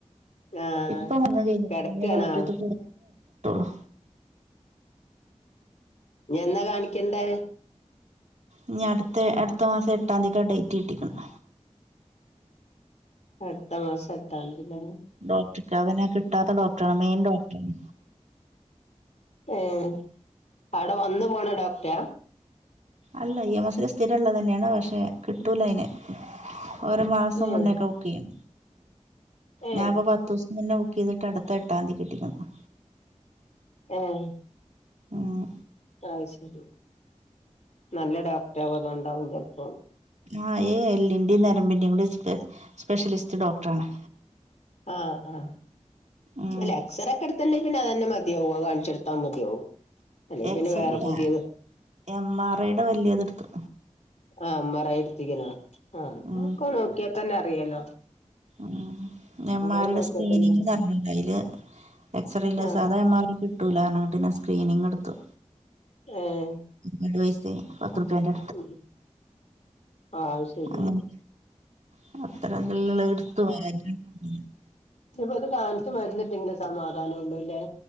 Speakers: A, on the left; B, on the right.
A: ആഹ്
B: ഇപ്പൊ വന്നതെനി
A: കിടക്കാണോ
B: <unintelligible> ഡോക്ടറെ <unintelligible>
A: ഇനി എന്നാ കാണിക്കണ്ടേ
B: ഇനി അടുത്ത അടുത്ത മാസം എട്ടാം തീയതിക്കാ ഡേറ്റ് കിട്ടിക്കുന്ന
A: അടുത്ത മാസം എട്ടാന്തില്ലേ
B: ഡോക്ടർക്ക് അതിനെ കിട്ടാത്ത ഡോക്ടറാണ് മെയിൻ ഡോക്ടറാണ്
A: ഏഹ് അവിടെ വന്ന് പോണ ഡോക്ടറ
B: അല്ല ഇ എം എസ് ഐ സ്ഥിരം ഉള്ളത് തന്നെയാണ് പക്ഷെ കിട്ടൂല അതിനെ ഒരേ മാസം
A: ഏഹ്
B: മുന്നേക്കെ ബുക്ക് ചെയ്യും
A: ഏഹ്
B: ഞാൻപ്പോ പത്ത് ദി ഇന്ന് ബുക്ക് ചെയ്ത്ട്ടാ അടുത്ത എട്ടാം തീയതി കിട്ടിക്കണ
A: ആഹ്
B: ഉം
A: ആഹ് ശരി നല്ല ഡോക്ടർ അത് ഉണ്ടാവില്ലപ്പം
B: ആഹ് എല്ലിന്റെയും നരമ്പിൻന്റെയും കൂടെ സ്പെ സ്പെഷ്യലിസ്റ്റ് ഡോക്ടറാണ്
A: ആഹ് ആഹ്
B: ഉം
A: അല്ല എക്സറ ഒക്കെ എടുത്തുണ്ടെങ്കിൽ പിന്നെ അത് തന്നെ മതിയാവും കാണിച്ച് കൊടുത്താൽ മതിയാവും അല്ലെങ്കിൽ
B: എക്സ്റേ
A: പിന്നെ വേറെ
B: അല്ലഎം
A: പുതിയത്
B: ആർ ഐയുടെ വലിയത് എടുത്തു
A: ആഹ് എം ആർ ഐ എടുത്തിക്കണോ ആഹ്
B: ഉം
A: അപ്പോ നോക്കിയാൽ തന്നെ അറിയാലോ
B: ഉം എം ആർ
A: ഐ നോക്കിയാൽ
B: ടെ സ്ക്രീനിങ്ല്ലണ്ട
A: തന്നെ അറിയാം
B: അതില് എക്സറേല്ല
A: ആഹ്
B: സാധ എം ആർ കിട്ടൂല അങ്ങനെ പിന്നെ സ്ക്രീനിങ് എടുത്തു
A: ആഹ്
B: ഒരുപാട് പൈസായി പത്ത് റുപ്യാന്റെ
A: ഉം അത് ശരി
B: അങ്ങനെ <unintelligible>
A: ഇനിപ്പ അത് കാണിച്ച് മരുന്ന് കിട്ടിയങ്കിലേ സമാധാനംള്ളൂല്ലേ